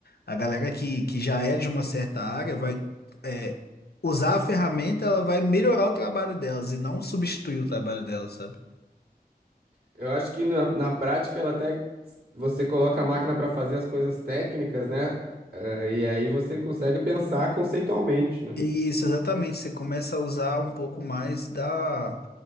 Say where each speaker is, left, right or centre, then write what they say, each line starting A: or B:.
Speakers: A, on the left; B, on the right.
A: A galera que, que já é de uma certa área vai. é, Usar a ferramenta, ela vai melhorar o trabalho delas e não substituir o trabalho delas, sabe?
B: Eu acho que na, na prática ela até você coloca a máquina para fazer as coisas técnicas, né? Eh, e aí você consegue pensar conceitualmente, né?
A: Isso, exatamente. Você começa a usar um pouco mais da